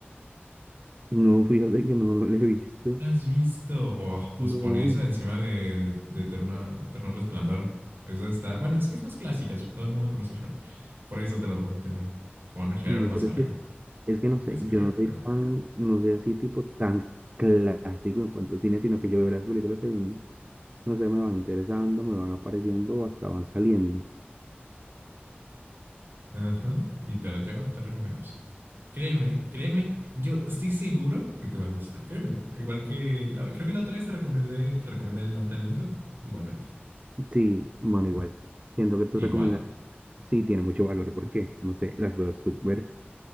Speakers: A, on the right; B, on the right.
A: no, fíjate que no, no la he visto.
B: ¿Lo has visto? Oh, pues
A: No,
B: pon esa encima de, de, de Eterno, Eterno Resplandor. Esa está. Bueno, es que es más clásica. es- Todo el mundo conoce Her. Por eso te la pongo. Te la- pon Her
A: no,
B: más
A: pero
B: arriba.
A: es que es que no sé,
B: Tienes
A: yo
B: que ver
A: no soy
B: Her.
A: tan, no soy así tipo tan clásico en cuanto a cine, sino que yo veo las películas según no sé, me van interesando, me van apareciendo o hasta van saliendo.
B: Ajá. Literal, yo te recomiendo eso. Créeme, créeme. Yo estoy seguro que te va a gustar. Créeme. Igual que la, creo que la otra vez te recomendé, te recomendé el nombre del viento. Igualmente.
A: Sí, bueno, igual. Siento que tus
B: Igual.
A: recomendaciones sí tienen mucho valor porque, no sé, las veo súper,